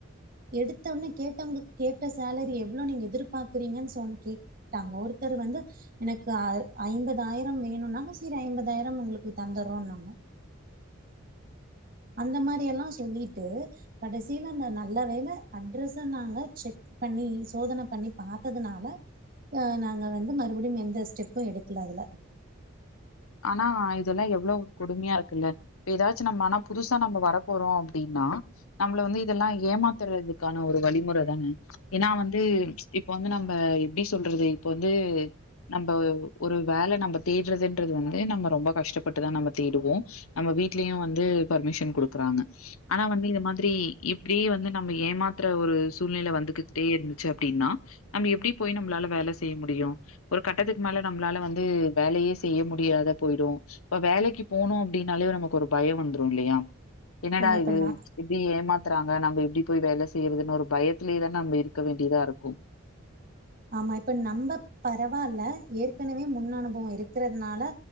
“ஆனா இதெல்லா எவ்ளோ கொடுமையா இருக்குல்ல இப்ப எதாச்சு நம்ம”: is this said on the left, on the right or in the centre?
Left